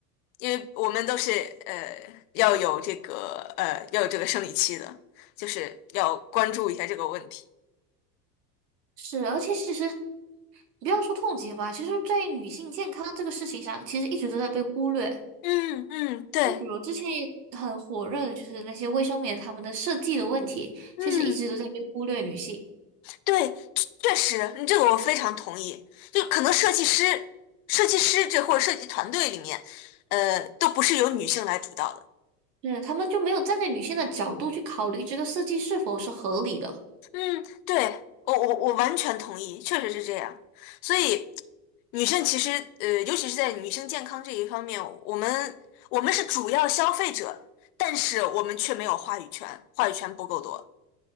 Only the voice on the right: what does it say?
是，而且其实你不要说痛经吧，其实在于女性健康这个事情上，其实一直都在被忽略。
就比如之前也很火热的，就是那些卫生棉他们的设计的问题，
其实一直都在被忽略女性，
对，他们就没有站在女性的角度去考虑这个设计是否是合理的。